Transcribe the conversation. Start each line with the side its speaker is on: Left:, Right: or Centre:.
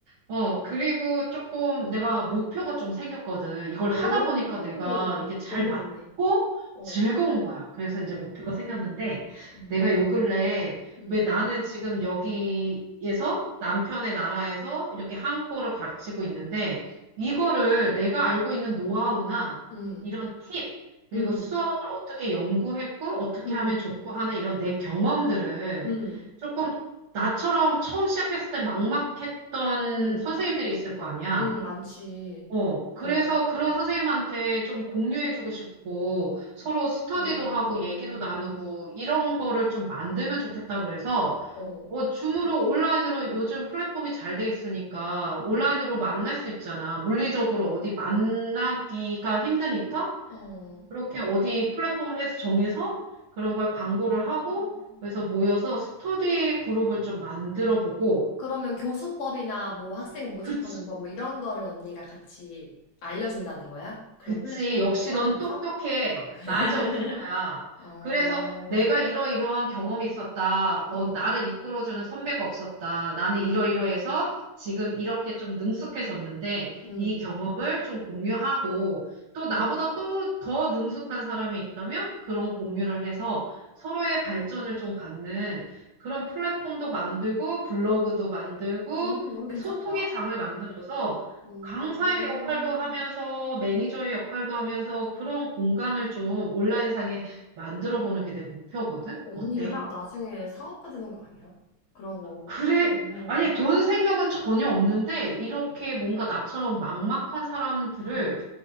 Right: 어, 그리고 조금 내가 목표가 좀 생겼거든. 이걸
Left: 오,
Right: 하다 보니까 내가 이게 잘
Left: 뭔데,
Right: 맞고
Left: 뭔데? 어,
Right: 즐거운 거야. 그래서
Left: 어,
Right: 이제 목표가 생겼는데
Left: 음,
Right: 내가 요 근래에
Left: 음,
Right: 왜 나는 지금 여기에서 남편의 나라에서 이렇게 한국어를 가르치고 있는데 이거를 내가
Left: 음.
Right: 알고 있는 노하우나
Left: 응,
Right: 이런 팁, 그리고
Left: 응,
Right: 수업을 어떻게 연구했고 어떻게
Left: 응,
Right: 하면 좋고 하는 이런 내 경험들을
Left: 응,
Right: 조금 나처럼 처음 시작했을 때 막막했던
Left: 응,
Right: 선생님들이 있을 거 아니야.
Left: 응, 많지.
Right: 어, 그래서
Left: 어,
Right: 그런 선생님한테 좀 공유해주고 싶고, 서로 스터디도
Left: 어,
Right: 하고, 얘기도 나누고, 이런 거를 좀 만들면 좋겠다 그래서,
Left: 어,
Right: 어, 줌으로, 온라인으로 요즘 플랫폼이 잘 돼 있으니까,
Left: 응,
Right: 온라인으로 만날 수 있잖아. 물리적으로 어디 만나기가 힘드니까,
Left: 어.
Right: 그렇게 어디 플랫폼에서 정해서 그런 걸 광고를
Left: 음.
Right: 하고, 그래서 모여서 스터디 그룹을 좀 만들어 보고,
Left: 그러면 교수법이나 뭐 학생 모집하는
Right: 그치,
Left: 법 뭐 이런 거를 언니가 같이 알려준다는 거야? 그런
Right: 그치.
Left: 플랫폼을
Right: 역시
Left: 활용해서?
Right: 넌 똑똑해.
Left: 아. <laughs>
Right: 맞아, 그거야.
Left: 어,
Right: 그래서 내가 이러이러한 경험이 있었다. 어,
Left: 응,
Right: 나를 이끌어주는 선배가 없었다. 나는
Left: 응,
Right: 이러이러해서 지금 이렇게 좀 능숙해졌는데
Left: 응,
Right: 이 경험을 좀 공유하고 또 나보다 또 더 능숙한 사람이 있다면 그런 공유를 해서 서로의 발전을 좀 갖는 그런 플랫폼도 만들고 블로그도 만들고
Left: 응, 너무 괜찮다.
Right: 소통의 장을 만들어서
Left: 오,
Right: 강사의 역할도 하면서 매니저의 역할도 하면서 그런 공간을 좀 온라인상에 만들어 보는 게 내 목표거든?
Left: 언니
Right: 어때?
Left: 이러다가 나중에 사업가 되는 거 아니야? 그런 거
Right: 그래.
Left: 플랫폼 운영하는?
Right: 아니, 돈 생각은 전혀 없는데, 이렇게
Left: 어,
Right: 뭔가 나처럼 막막한 사람들을
Left: 음,